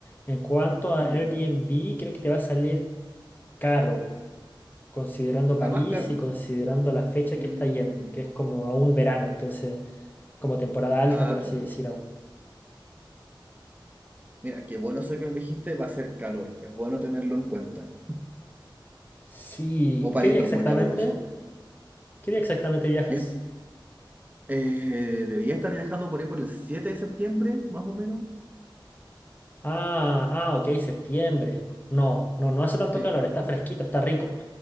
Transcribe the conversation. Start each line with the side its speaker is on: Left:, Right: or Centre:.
Left: En cuanto a
Right: Ya.
Left: Airbnb, creo que te va a salir caro, considerando
Right: Está
Left: París
Right: más caro.
Left: y considerando la fecha
Right: Mm,
Left: que está yendo, que es como a un verano, entonces como temporada alta,
Right: Ah,
Left: por
Right: claro.
Left: así decir aún.
Right: Mira, qué bueno eso que elegiste, va a ser calor. Es bueno tenerlo en cuenta.
Left: Sí,
Right: O París
Left: ¿qué día
Right: no
Left: exactamente?
Right: es muy caluroso.
Left: ¿Qué día exactamente viajas?
Right: Yo eh, debía estar viajando por ahí por el siete de septiembre, más o menos.
Left: Ah, ah, ok, septiembre. No, no, no hace tanto
Right: Sí.
Left: calor, está fresquito, está rico.